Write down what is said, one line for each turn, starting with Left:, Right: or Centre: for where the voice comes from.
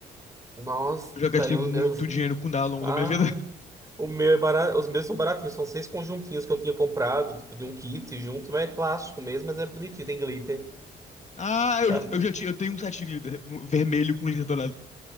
Right: nossa,
Left: Eu já gastei
Right: eu,
Left: muito
Right: eu... <laughs>
Left: dinheiro com dado ao longo
Right: Ah,
Left: da minha vida. <laughs>
Right: o meu é barato, os meus são baratinhos, são seis conjuntinhos que eu tinha comprado, tipo, de um kit junto, mas é plástico mesmo, mas é bonitinho, tem glitter,
Left: Ah,
Right: sabe?
Left: eu já, eu já tinha, eu tenho um set de glitter um vermelho com glitter dourado.